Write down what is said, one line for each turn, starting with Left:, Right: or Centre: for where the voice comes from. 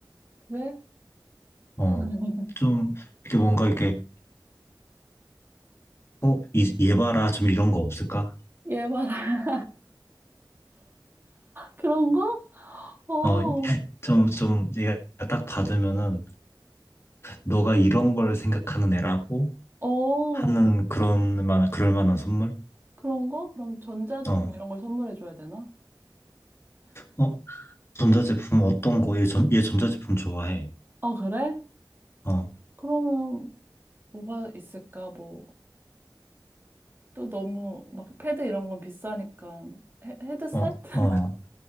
Right: 그래?
Left: 어.
Right: <laughs>
Left: 좀 이렇게 뭔가 이렇게 어, 이, 얘 봐라 좀 이런 거 없을까?
Right: 얘 봐라. 그런 거? 어,
Left: 어, 좀, 좀, 얘가 딱 받으면은, 너가 이런 걸 생각하는 애라고
Right: 어,
Left: 하는 그런 만, 그럴 만한 선물?
Right: 그런 거? 그럼 전자제품
Left: 어,
Right: 이런 걸 선물해 줘야 되나?
Left: 어, 전자제품 어떤 거? 얘 전, 얘 전자제품 좋아해.
Right: 아, 그래?
Left: 어,
Right: 그러면 뭐가 있을까? 뭐, 또 너무 막 패드 이런 건 비싸니까 헤, 헤드셋?
Left: 어,
Right: <laughs>
Left: 어,